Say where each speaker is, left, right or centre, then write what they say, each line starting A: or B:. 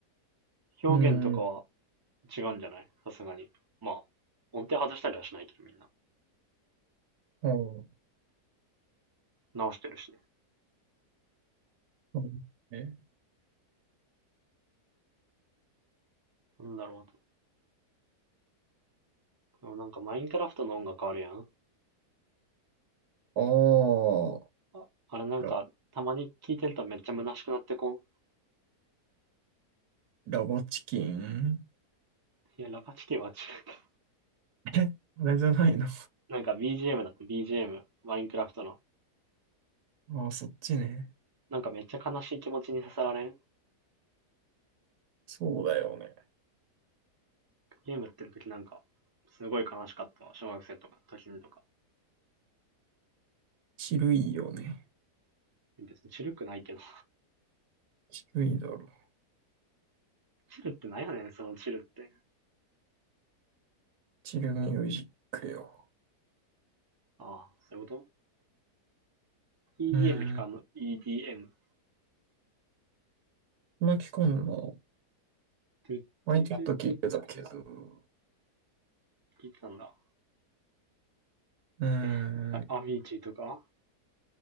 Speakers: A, on the right; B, on the right.
A: 表現とかは
B: うん。
A: 違うんじゃないさすがに。まあ、音程外したりはしないけど、みんな。
B: うん。
A: 直してるしね。
B: うんえ、
A: なんだろう、あとでもなんかマインクラフトの音楽あるやん。
B: あ
A: あ、あれなんか、
B: あ、ラ、
A: たまに聴いてるとめっちゃ虚しくなってこん。
B: ラバチキン
A: いや、ラパチキは違う。
B: え、あれじゃないの。
A: <laughs> なんか BGM だって BGM、マインクラフトの。
B: ああ、そっちね。
A: なんかめっちゃ悲しい気持ちにさせられん。
B: そうだよね。
A: ゲームやってる時なんか、すごい悲しかったわ。小学生とか、時にとか。
B: チルいよね。
A: 別にチルくないけど。
B: チルいだろ。
A: <laughs> チルってなんやねん、そのチルって。
B: チルミュージックよ。
A: ああ、そういうこと ?EDM
B: うーん
A: 聞かんの ?EDM。
B: 巻き込んの、
A: トゥットゥトゥトゥトゥ
B: 前ちょっと聞いてたけど、う
A: 聞いてたんだ。
B: ーん、
A: え、アビーチーとか